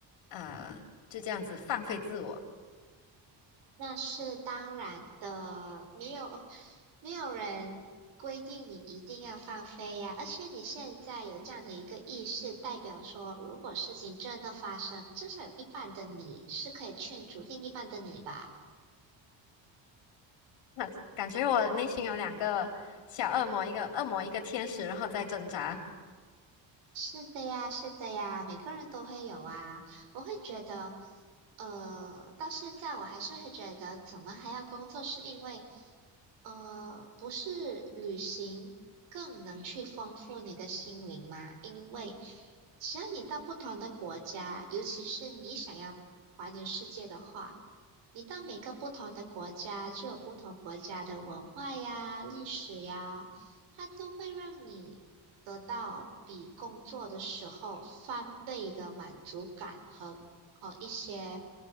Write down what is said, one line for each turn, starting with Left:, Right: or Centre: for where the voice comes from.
Left: 呃就这样子放飞自我。
Right: 那是当然的，没有没有人规定你一定要放飞呀。而且你现在有这样的一个意识，代表说，如果事情真的发生，至少有一半的你是可以劝阻另一半的你吧。
Left: <laughs> 那感觉我内心有两个小恶魔，一个恶魔，一个天使，然后在挣扎。
Right: 是的呀，是的呀，每个人都会有啊。我会觉得，呃，到现在我还是会觉得，怎么还要工作？是因为，呃，不是旅行更能去丰富你的心灵吗？因为只要你到不同的国家，尤其是你想要环游世界的话，你到每个不同的国家，就有不同国家的文化呀、历史呀。它都会让你得到比工作的时候翻倍的满足感和和一些